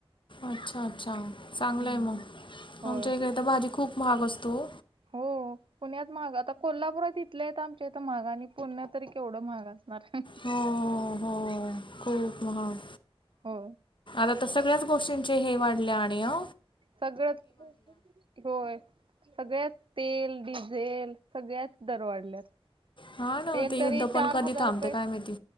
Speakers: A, on the left; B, on the right.
A: अच्छा! ! अच्छा! ! चांगलं
B: हम्म
A: आहे मग
B: होय
A: आमच्या इकडे तर भाजी खूप महाग असते ओ
B: हो पुण्यात महाग आता कोल्हापूरात इथल्या इथं आमच्या इथं महाग आणि पुण्यात तरी केवढं महाग असणार.
A: हो हो खूप महाान.
B: हो
A: तसं सगळ्याच गोष्टींचे हे वाढल्या आणि ओ..
B: सगळंच <unintelligible> होय सगळ्यात तेल, डिझेल सगळ्यात दर वाढल्यात.
A: हा ना
B: तेल
A: ते युद्ध
B: तरी
A: पण
B: चार
A: कधी
B: हजार
A: थांबते
B: रुपये
A: काय माहिती